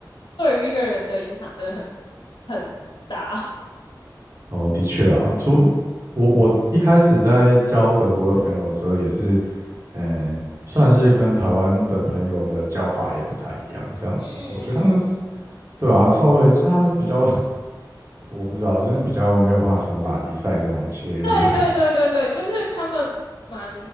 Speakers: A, on the left; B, on the right.
A: 对于一个人的影响真的很很大。<laughs>
B: 哦，的确啊，除我我一开始在交德国的朋友的时候，也是嗯。算是跟台湾的朋友的交法也不太一样，这样子。
A: 嗯，
B: 我觉得他们对啊，稍微就是他们比较，我不知道，就是比较没有办法从拉迪赛这种切入。
A: 对对对对对，就是他们蛮